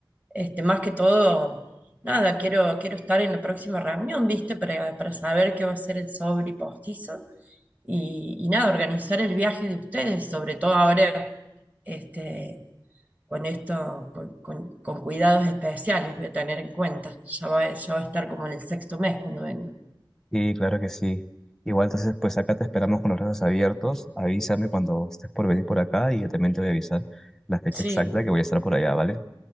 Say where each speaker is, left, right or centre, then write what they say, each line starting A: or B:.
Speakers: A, on the right; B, in the centre.
A: Este, más que todo, nada, quiero, quiero estar en la próxima reunión, ¿viste? Para, para saber qué va a ser el sobre y postizo. Y, y nada, organizar el viaje de ustedes, sobre todo ahora, este, con esto, con, con- con cuidados especiales, voy a tener en cuenta. Ya va, ya va a estar como en el sexto mes cuando venga.
B: Sí, claro que sí. Igual entonces, pues acá te esperamos con los brazos abiertos. Avísame cuando estés por venir por acá y yo también te voy a avisar la fecha
A: Sí.
B: exacta que voy a estar por allá, ¿vale?